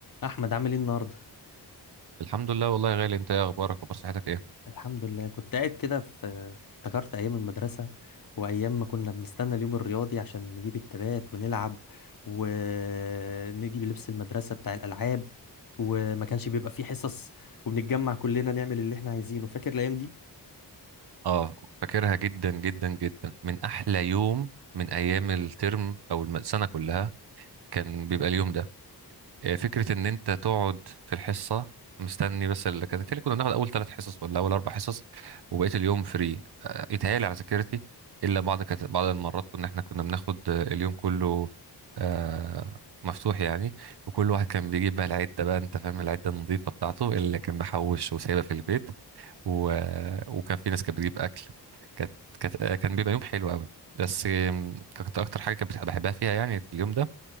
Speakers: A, on the left; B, on the right.
A: احمد عامل ايه النهارده
B: الحمد لله والله يا غالي انت ايه اخبارك اخبار صحتك ايه
A: الحمد لله كنت قاعد كده في في- افتكرت ايام المدرسه وايام ما كنا بنستنى اليوم الرياضي عشان نجيب التبات ونلعب ونجيب لبس المدرسه بتاع الالعاب وما كانش بيبقى فيه حصص وبنتجمع كلنا نعمل اللي احنا عايزينه فاكر الايام دي
B: اه فاكرها جدا جدا جدا من احلى يوم من ايام الترم او الم- السنه كلها كان بيبقى اليوم ده آه، فكره ان انت تقعد في الحصه مستني بس اللي كانت اللي كنا بناخد اول ثلاث حصص ولا اول اربع حصص وبقيه اليوم فري آه، يتهيألي على ذاكرتي الا بعض كانت بعض المرات كنا احنا كنا بناخد آه، اليوم كله آه، مفتوح يعني وكل واحد كان بيجيب بقى العده بقى انت فاهم العده النظيفه بتاعته اللي كان محوش وسايبها في البيت و... وكان في ناس كانت بتجيب اكل كانت كانت كان بيبقى يوم حلو قوي بس آم، كانت اكتر حاجه كنت بحبها فيها يعني في اليوم ده